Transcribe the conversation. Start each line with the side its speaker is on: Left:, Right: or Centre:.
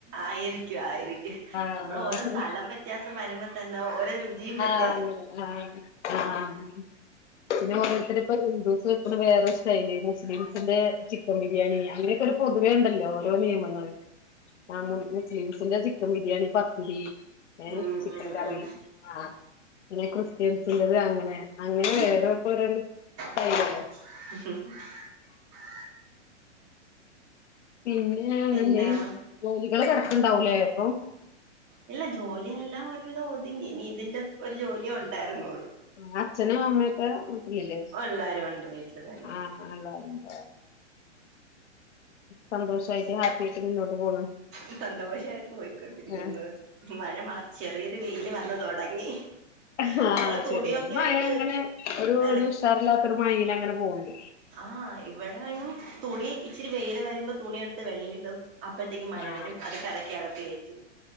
Right: ആയിരിക്കും ആയിരിക്കും
Left: ആഹ്
Right: നമ്മള് ഓരോ സ്ഥലം വ്യത്യാസം വരുമ്പോ തന്നെ ഓരോ രുചിയും വ്യത്യാ
Left: <unintelligible> രെപ്പോ ഹിന്ദൂസ് വെക്കുന്ന വേറൊരു സ്റൈല് മുസ്‌ലിംസിന്റെ ചിക്കം ബിരിയാണി അങ്ങനക്കൊരു പൊതുവേണ്ടല്ലോ ഓരോ നിയമങ്ങള് മു <unintelligible> ചിക്കൻ ബിരിയാണി പ രി ഏ
Right: ഉം
Left: ചിക്കംകറി
Right: ഉം ഉം
Left: ആ പിന്നെ ക്രിസ്ത്യൻ ന്റത് അങ്ങനെ അങ്ങനെ
Right: ഉം
Left: <unintelligible>
Right: <inaudible>
Left: സ്റ്റൈലല്ലേ പിന്നെ
Right: പിന്നെ
Left: <unintelligible> ജോലികള് കെടക്ക്ണ്ടാവൂലേ പ്പൊ?
Right: ഇല്ല ജോലിയെല്ലാം ഒരുവിധം ഒത്ങ്ങി ഇനി ഇതിന്റെ ഒരു ജോലിയേ ഉണ്ടായിരുന്നൊള്ളു
Left: ഇങ്ങളെ അച്ഛനും അമ്മയൊക്കെ വീട്ടിലില്ലേ
Right: എല്ലാരും ഉണ്ട് വീട്ടില് തന്നെണ്ട്
Left: ആഹ് <unintelligible> സന്തോഷായിറ്റ് ഹാപ്പി ആയിട്ട് മുന്നോട്ട് പോണ്
Right: <unintelligible> സന്തോഷായിട്ട് പോയിക്കൊണ്ടിരിക്ക്ന്ന്
Left: ആഹ്
Right: മഴ മാ ചെറിയൊരു വെയില് വന്ന് തൊടങ്ങി.
Left: ആഹ് അത്
Right: ഞങ്ങള്
Left: ശരി
Right: തുണിയൊക്കെ
Left: ഇവടിം മഴ
Right: എടുത്ത്
Left: അങ്ങനെ ഒരു
Right: പെറ
Left: ഒര് ഉഷാറില്ലാത്തോര് മഴായി അങ്ങനെ പോവ്ണ്ട്
Right: ആഹ് ഇവിടെയും തുണി ഇച്ചിരി വെയില് വരുമ്പോ തുണി എടുത്ത് വെളീല്ടും അപ്പ ത്തേക്കും മഴ
Left: ആഹ്
Right: വരും അത് പെറക്കി അകത്ത് കേറ്റും